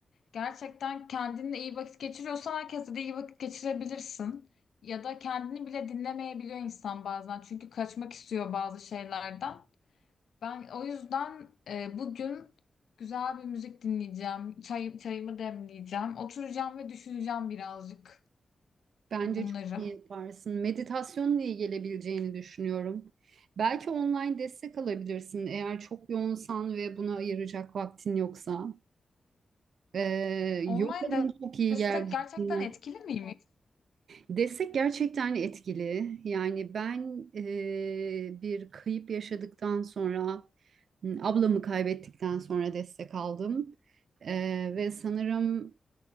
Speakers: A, on the left; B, on the right.
A: gerçekten kendinle iyi vakit geçiriyorsan herkesle de iyi vakit geçirebilirsin. Ya da kendini bile dinlemeyebiliyor insan bazen. Çünkü kaçmak istiyor bazı şeylerden. Ben o yüzden e, bugün güzel bir müzik dinleyeceğim. Çay, çayımı demleyeceğim. Oturacağım ve düşüneceğim birazcık
B: Bence
A: e, bunları.
B: çok iyi yaparsın. Meditasyonla iyi gelebileceğini düşünüyorum. Belki online destek alabilirsin eğer çok yoğunsan ve buna ayıracak vaktin yoksa. Ee,
A: Online
B: yoga'nın çok iyi
A: destek
B: geldiğini
A: gerçekten etkili miymiş?
B: Destek gerçekten etkili. Yani ben e, bir kayıp yaşadıktan sonra, m, ablamı kaybettikten sonra destek aldım. E, ve sanırım